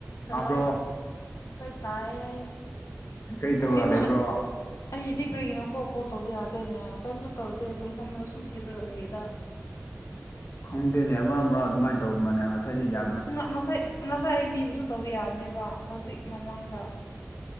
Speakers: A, on the left; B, on the left.
A: ꯇꯥꯕ꯭ꯔꯣ
B: hello ꯍꯣꯏ ꯇꯥꯏꯌꯦ
A: ꯀꯩ ꯇꯧꯔ
B: ꯀꯔꯤꯅꯣ
A: ꯂꯩꯕ꯭ꯔꯣ
B: ꯑ ꯑꯩꯒꯤꯗꯤ ꯀ꯭ꯔꯤꯒꯤꯅꯣꯀꯣ ꯀꯣꯜ ꯇꯧꯕ ꯌꯥꯗꯦꯅꯦ ꯀꯔꯤꯝꯇ ꯇꯧꯗꯦ ꯑꯗꯨꯝ ꯐꯝꯃ ꯁꯨꯝ ꯍꯦꯞꯄꯒ ꯂꯩꯌꯦꯗ
A: ꯈꯪꯗꯦꯅꯦ ꯑꯃꯔꯛ ꯑꯃꯔꯛ ꯑꯗꯨꯃꯥꯏ ꯇꯧꯕ ꯃꯅꯦ ꯉꯁꯥꯏꯗꯩ ꯌꯥ
B: ꯉ ꯉꯁꯥꯏ ꯉꯁꯥꯏ ꯑꯩ ꯃꯤꯕꯨꯁꯨ ꯇꯧꯕ ꯌꯥꯕꯅꯦꯕ ꯍꯧꯖꯤꯛ ꯃꯃꯥꯡꯗ